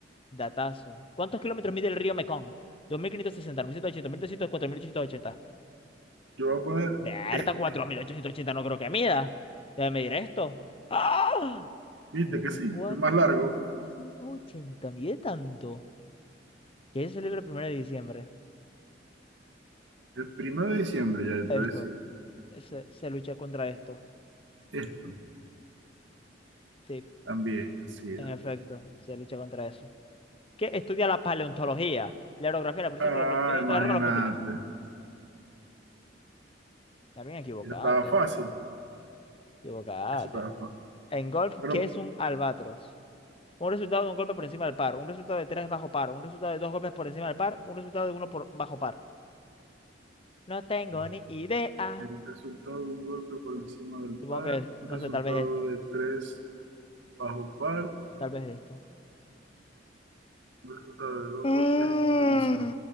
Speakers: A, on the left; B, on the right.
A: Datazo. ¿Cuántos kilómetros mide el río Mekong? dos mil mil mil quinientos sesenta mil setecientos ochenta 2.560, 1.780, 1.300, 4.880.
B: Yo voy a poner,
A: Berta,
B: eh,
A: 4.880 no creo que mida. Debe medir esto. ¡Ah!
B: ¿viste
A: Miré
B: que sí?
A: cuatro
B: El más largo.
A: mil doscientos ochenta miré tanto. ¿Qué se celebra el primero de diciembre?
B: El primero de diciembre, ya yo
A: Esto,
B: te decía.
A: se, se lucha contra esto.
B: Esto
A: Sí,
B: también, así era.
A: en efecto, se lucha contra eso. ¿Qué estudia la paleontología, la orografía, la presión
B: Ah,
A: de la protección
B: imagínate.
A: de las rocas, los fósiles? También equivocate,
B: Eso estaba fácil.
A: equivocate.
B: Eso estaba fácil.
A: En golf,
B: Pero
A: ¿qué es un albatros? Un resultado de un golpe por encima del par, un resultado de tres bajo par, un resultado de dos golpes por encima del par, un resultado de uno por bajo par. No tengo
B: no.
A: ni idea.
B: el resultado de un golpe por encima del
A: Supongo
B: par,
A: que,
B: un
A: no
B: resultado
A: sé, tal vez esto,
B: de tres bajo par,
A: tal vez esto.
B: un resultado de dos
A: Ah,
B: golpes por encima.